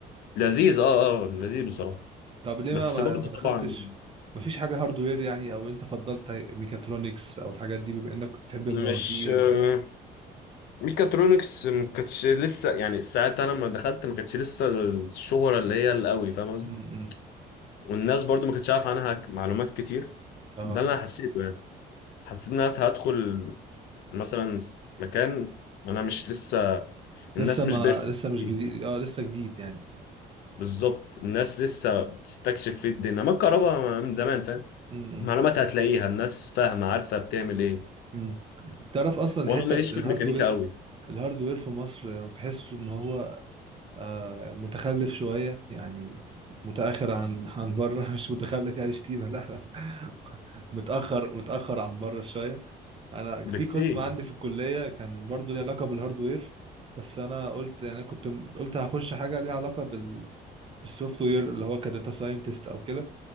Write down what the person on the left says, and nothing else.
لذيذ اه اه لذيذ بصراحة
بس
برضه
طبعا
مش آه،
ميكاترونكس ما كانتش لسه يعني ساعتها انا لما دخلت ما كانتش لسه الشهرة اللي هي القوي فاهم قصدي
والناس برضه ما كانتش عارف عنها ك- معلومات كتير
ده اللي انا حسيته يعني حسيت ان انا هدخل مثلا مكان انا مش لسه الناس
مش بيرفكت
فيه
بالظبط الناس لسه بتستكشف فيه الدنيا ما الكهرباء من زمان فاهم
المعلومات هتلاقيها الناس فاهمة عارفة بتعمل ايه
وانا
ماليش
في
الميكانيكا قوي
بكتير